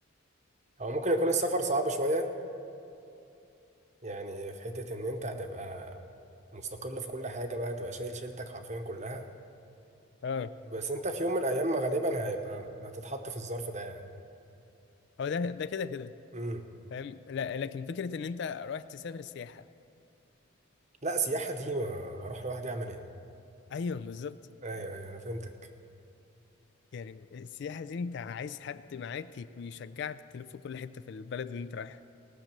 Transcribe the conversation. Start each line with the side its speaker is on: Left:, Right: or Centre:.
Right: هو ممكن يكون السفر صعب شويه يعني في حتة ان انت هتبقى مستقل في كل حاجة بقى تبقى شايل شيلتك حرفيا كلها
Left: اه
Right: بس انت في يوم من الايام غالبا هيبقى هتتحط في الظرف ده يعني
Left: هو ده ده كده كده
Right: امم
Left: فاهم لا لكن فكره ان انت رايح تسافر سياحه
Right: لا سياحة دي ما هروح لوحدي اعمل ايه
Left: ايوه بالظبط
Right: ايوه ايوه انا فهمتك
Left: يعني السياحه دي انت عايز حد معاك يك- يشجعك تلف كل حته في البلد اللي انت رايحها